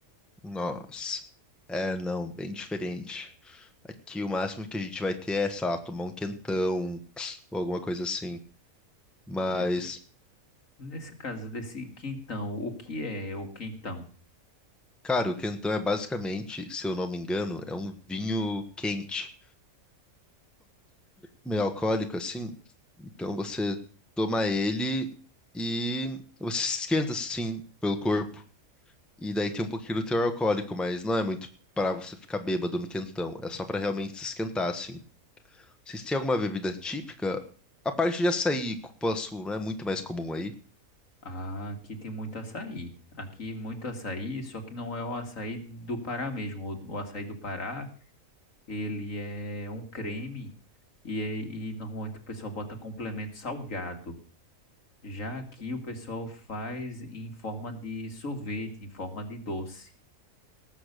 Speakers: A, in the centre; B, on the left.
A: Nossa. É, não, bem diferente. Aqui o máximo que a gente vai ter é, sei lá, tomar um quentão <sniffs> ou alguma coisa assim. Mas,
B: Ne- Nesse caso desse quentão, o que é o quentão?
A: cara, o quentão é basicamente, se eu não me engano, é um vinho quente. meio alcoólico assim. Então você toma ele e você se esquenta assim pelo corpo. E daí tem um pouquinho do teor alcoólico, mas não é muito para você ficar bêbado no quentão. É só para realmente se esquentar assim. Vocês têm alguma bebida típica? A parte de açaí e cupuaçu não é muito mais comum aí.
B: Ah, aqui tem muito açaí. Aqui muito açaí, só que não é o açaí do Pará mesmo. O, o açaí do Pará, ele é um creme e, é- e normalmente o pessoal bota complemento salgado. Já aqui o pessoal faz em forma de sorvete, em forma de doce.